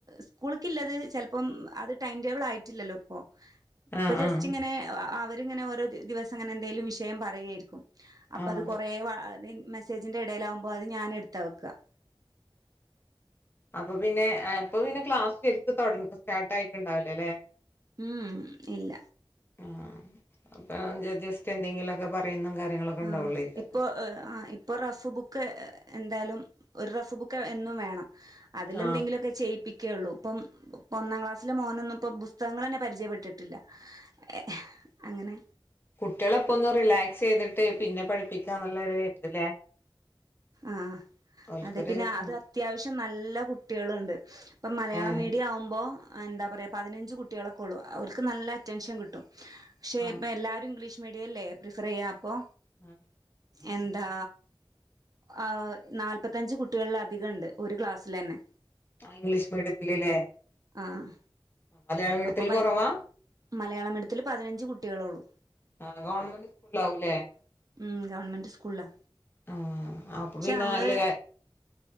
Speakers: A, on the right; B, on the left.
A: സ്കൂൾക്കില്ലത് ചിലപ്പം അത് ടൈംടേബിൾ ആയിട്ടില്ലല്ലോ ഇപ്പൊ
B: ആഹ്
A: ഇപ്പ ജസ്റ്റ്
B: ആഹ്
A: ഇങ്ങനെ അവരിങ്ങനെ ഓരോ ദിവസം അങ്ങനെ എന്തെലും വിഷയം പറയുകയായിരിക്കും അപ്പൊ
B: ആഹ്
A: അത് കൊറെ മെസ്സേജിന്റെ ഇടൽ ആകുമ്പോ അത് ഞാൻ എടുത്ത് വെക്കാ
B: അപ്പൊ പിന്നെ ഇപ്പൊ പിന്നെ ക്ലാസ്സ് ശരിക്ക് സ്റ്റാർട്ട് ആയിട്ട് ഉണ്ടാവൂലല്ലേ
A: ഉം ഇല്ല
B: ആ അപ്പൊ ജസ്റ്റ് എന്തെങ്കിലു ഒക്കെ പറയുന്ന കാര്യങ്ങളൊക്കെ ഉണ്ടാവുള്ളേക്കാ
A: ആഹ് ഇപ്പൊ ആ ഇപ്പൊ റഫ് ബുക്ക് എന്തായാലും ഒരു റഫ് ബുക്ക് എന്നും വേണം അതിലെന്തെിലൊക്കെ
B: ആഹ്
A: ചെയ്യിപ്പിക്കുകയുള്ളൂ ഇപ്പം ഇപ്പ ഒന്നാം ക്ലാസ്സില മോന് ഒന്നും ഇപ്പം പുസ്തക ങ്ങൾ തന്നെ പരിയപ്പെട്ടിട്ട് ഇല്ല. പരിജയപെട്ടിട്ടില്ല അങ്ങനെ
B: കുട്ടികൾ ഒക്കെ ഒന്ന് റിലാക്സ് ചെയ്തിട്ട് പിന്നെ പഠിപ്പിക്കാന്നുള്ളൊരു ഇത് ല്ലേ
A: ആഹ്
B: ഓൽക്കൊരു
A: അതെ പിന്നെ
B: സമ
A: അത് അത്യാവശ്യം നല്ല കുട്ടികളുണ്ട് ഇപ്പൊ മലയാള
B: ഏഹ്
A: മീഡിയം ആവുമ്പോ എന്താ പറയുക പതിനഞ്ച് കുട്ടികളൊക്കെ ഉള്ളൂ അവർക്ക് നല്ല അറ്റൻഷൻ കിട്ടും പക്ഷെ
B: ആഹ്
A: ഇപ്പ എല്ലാവാരും ഇംഗ്ലീഷ് മീഡിയംല്ലേ പ്രിഫർ ചെയ്യാ അപ്പൊ
B: ആഹ്
A: എന്താ ആ നാല്പത്തഞ്ച് കുട്ടികളിലധികം ഉണ്ട് ഒരു ക്ലാസ്സിൽ തന്നെ
B: ആ ഇംഗ്ലീഷ് മീഡിയത്തില് ല്ലേ
A: ആഹ്
B: മലയാളം മീഡിയത്തിൽ
A: അപ്പൊ ഭയ
B: കുറവാ
A: മലയാളം മീഡിയത്തിൽ പതിനഞ്ച് കുട്ടികളുള്ളു
B: ആ ഗവൺമെന്റ് സ്കൂളിലാവൂലേ
A: ഉം ഗവൺമെൻ്റ് സ്കൂളിലാ
B: ആ അപ്പ
A: പക്ഷെ
B: പിന്നെ
A: നമ്മള്
B: നല്ല